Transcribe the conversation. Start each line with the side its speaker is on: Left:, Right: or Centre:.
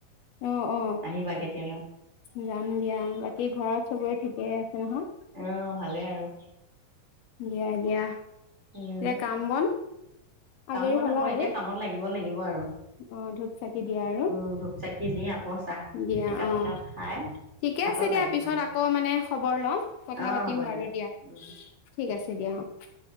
Left: অ অ
Right: আহিবা কেতিয়াবা
Left: যাম দিয়া বাকী ঘৰত চবৰে ঠিকেই আছে নহয়?
Right: অ ভালেই আৰু
Left: দিয়া দিয়া
Right: উম
Left: এয়া কাম বন আজৰি
Right: কাম বন
Left: হ'লা
Right: আকৌ
Left: আৰু
Right: এতিয়া কামত লাগিব লাগিব আৰু
Left: অ ধূপ চাকি দিয়া আৰু।
Right: উম ধূপ চাকি দি আকৌ চাহ
Left: দিয়া
Right: একাপ
Left: অ',
Right: একাপ খাই
Left: ঠিকে
Right: হাতত
Left: আছে দিয়া।
Right: লাগিম
Left: পিছত
Right: আৰু
Left: আকৌ মানে খবৰ লম। কথা
Right: অ
Left: পাতিম
Right: হ'ব
Left: বাৰু দিয়া,
Right: উম
Left: ঠিক আছে দিয়া, অ'।